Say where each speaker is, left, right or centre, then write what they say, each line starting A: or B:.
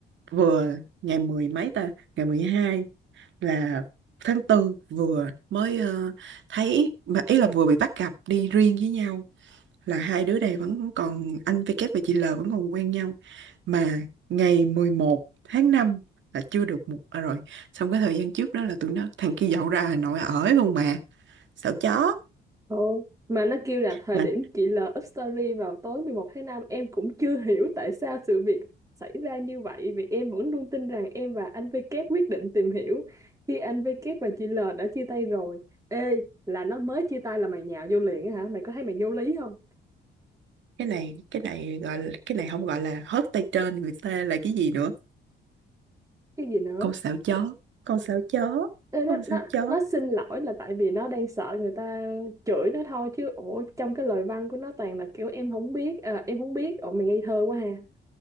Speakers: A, on the right; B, on the right.
A: vừa ngày mười mấy ta ngày mười hai là tháng tư vừa mới ờ, thấy mà ý là vừa bị bắt gặp đi riêng với nhau là hai đứa này vẫn còn anh V kép và chị L vẫn còn quen nhau mà ngày 11 tháng 5 là chưa được một à, rồi xong cái thời gian trước đó là tụi nó thằng kia dọn ra Hà Nội ở luôn mà sợ chó
B: Ồ, mà nó kêu là thời
A: mà
B: điểm chị L up story vào tối mười một tháng năm em cũng chưa <laughs> hiểu tại sao sự việc xảy ra như vậy vì em vẫn luôn tin rằng em và anh VK quyết định tìm hiểu khi anh VK và chị L đã chia tay rồi. Ê, là nó mới chia tay là mày nhào vô liền á hả? Mày có thấy mày vô lý không?
A: cái này cái này gọi là, cái này không gọi là hớt tay trên người ta là cái gì nữa
B: Cái gì nữa?
A: con sợ chó con sợ chó
B: Ê, nó,
A: con sợ
B: nó,
A: chó
B: nó xin lỗi là tại vì nó đang sợ người ta chửi nó thôi chứ ủa trong cái lời văn của nó toàn là kiểu em không biết à, em không biết ủa mày ngây thơ quá ha